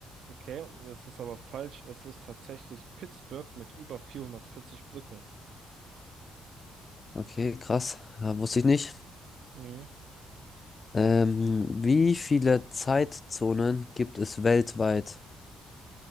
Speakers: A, on the right (about 70°); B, on the left (about 30°).
A: Okay, das ist aber falsch. Es ist tatsächlich Pittsburgh mit über 440 Brücken.
B: Okay, krass. Ja, wusste ich nicht.
A: Mhm.
B: Ähm, wie viele Zeitzonen gibt es weltweit?